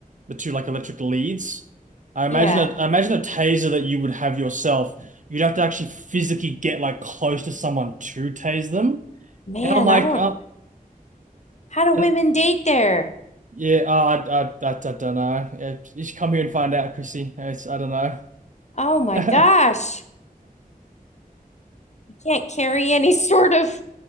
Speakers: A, on the right; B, on the left.
A: the two like electric leads. I imagine
B: yeah
A: a I imagine a taser that you would have yourself. You'd have to actually physically get like close to someone to tase them.
B: man
A: And I'm like,
B: I don't
A: uh,
B: How do
A: and
B: women date there?
A: yeah, uh, I, I I I don't know. Yeah, you should come here and find out, Chrissy. It's, I don't know.
B: Oh my gosh.
A: <laughs>
B: You can't carry <laughs> any sort of